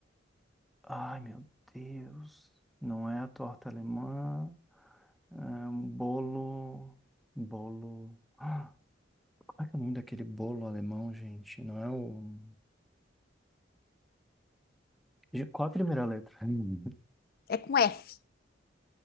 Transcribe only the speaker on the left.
É com F.